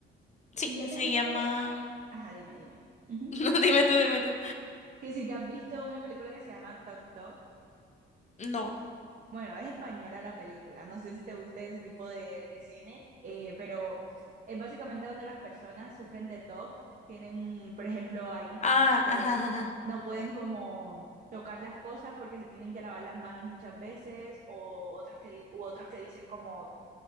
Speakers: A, on the left; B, on the right.
A: sí,
B: y ya
A: se
B: te viste,
A: llama.
B: ajá, dime, dime. Ujú.
A: <laughs> No, dime tú, dime tú.
B: Que si te has visto una película que se llama Tok Tok.
A: No.
B: Bueno, es española la película. No sé si te gusta ese tipo de, de cine, eh, pero es básicamente donde las personas sufren de TOC. Tienen, por ejemplo, hay unas
A: Ah,
B: personas que
A: ajá, ajá.
B: no pueden como tocar las cosas porque se tienen que lavar las manos muchas veces, o otros que, di- u otros que dicen como